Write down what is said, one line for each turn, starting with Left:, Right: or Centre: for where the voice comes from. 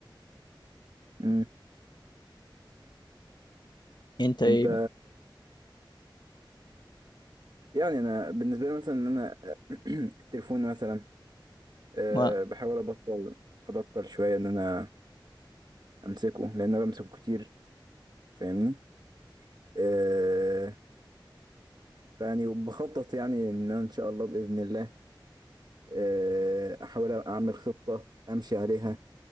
Right: مم.
Left: أنت إيه
Right: انت
Left: بقى
Right: يعني انا بالنسبة لي مثلا ان انا <clears throat> التليفون مثلا أه
Left: و...
Right: بحاول ابطل ابطل شوية ان انا امسكه لان انا بمسكه كتير فاهمني أه فيعني وبخطط يعني ان أنا ان شاء الله باذن الله آه، احاول اعمل خطة امشي عليها